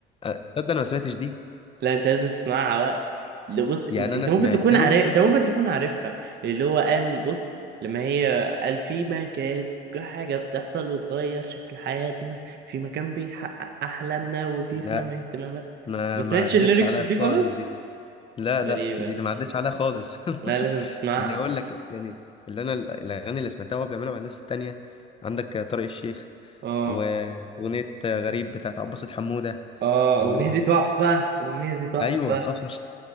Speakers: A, on the left; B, on the right.
A: تصدق انا ما سمعتش دي
B: لا انت لازم تسمعها بقى اللي بص انت
A: يعني
B: انت
A: انا
B: ممكن
A: سمعت
B: تكون
A: له
B: عارف انت ممكن تكون عارفها اللي هو قال بص لما هي قال في مكان حاجة بتحصل وتغير شكل حياتنا في مكان بيحقق أحلامنا وبيفهم
A: لا
B: اهتماماتنا
A: ما
B: ما سمعتش
A: ما عدتش
B: الليركس
A: عليا
B: دي
A: خالص
B: خالص
A: دي لا لا
B: غريبة
A: دي, دي ما عدتش عليها خالص
B: لا لازم
A: <laughs>
B: تسمعها
A: يعني اقول لك يعني اللي انا الاغاني اللي سمعتها وهو بيعملها مع الناس التانية عندك طارق الشيخ
B: اه
A: واغنية غريب بتاعت عباسة حمودة
B: اه الأغنية
A: و...
B: دي تحفة الأغنية دي تحفة
A: ايوه حصل